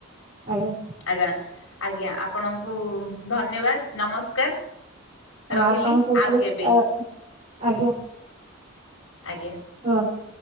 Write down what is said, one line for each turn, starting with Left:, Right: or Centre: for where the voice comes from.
Right: ଆଜ୍ଞା
Left: ଆଜ୍ଞା, ଆଜ୍ଞା ଆପଣଙ୍କୁ ଧନ୍ୟବାଦ ନମସ୍କାର।
Right: ହଁ
Left: ରହିଲି
Right: ଆପଣଙ୍କ ସହିତ
Left: ଆଉ
Right: ବି
Left: କେବେ
Right: ଆ ଆଜ୍ଞା।
Left: ଆଜ୍ଞା।
Right: <unintelligible>